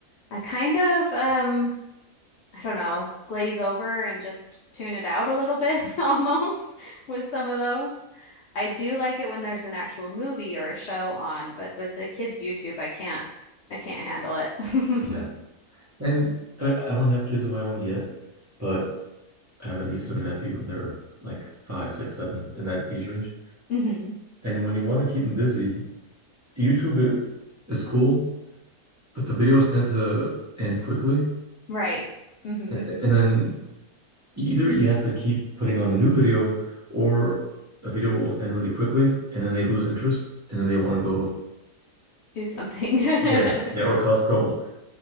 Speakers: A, on the left; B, on the right.
A: I kind of um I don't know, glaze over and just tune it out a little bit <laughs> almost with some of those. I do like it when there's an actual movie or a show on, but with the kids' YouTube, I can't I can't handle it. <laughs>
B: Yeah. And I mean, I don't have kids of my own yet, but I have a niece and a nephew, and they're like five, six, seven in that age range.
A: hmm
B: And when you want to keep them busy, YouTube i- is cool, but the videos tend to end quickly.
A: Right. hmm
B: And, Mhm. and then either you have to keep putting on a new video, or a video will end really quickly, and then they lose interest, and then they want to go,
A: Do something. <laughs>
B: yeah, yeah, or cause trouble.